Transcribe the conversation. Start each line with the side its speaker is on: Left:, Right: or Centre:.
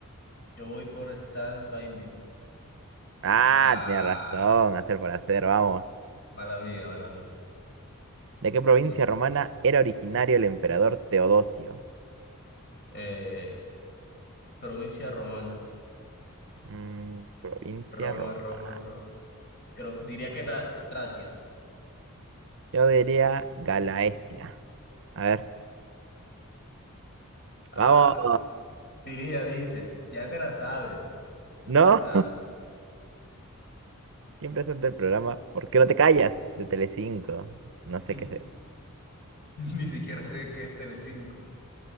Left: Yo voy por Stand By Me.
Right: Ah,
Left: Ah,
Right: tenía razón. Hacer por hacer, vamos.
Left: mala vida, mala vida.
Right: ¿De qué provincia
Left: Yeah.
Right: romana era originario el emperador Teodosio?
Left: Eh, provincia romana.
Right: Mm, provincia
Left: Roma,
Right: romana.
Left: Roma, Roma. Creo, diría que Traci- Tracia.
Right: Yo diría Galaesia. A ver,
Left: Ah.
Right: vamos.
Left: Diría, dices, ya te la sabes, ya
Right: ¿No?
Left: te la sabes.
Right: ¿Quién presenta el programa? ¿Por qué no te callas? De Telecinco. No
Left: <laughs>
Right: sé qué es.
Left: Ni siquiera sé qué es Telecinco.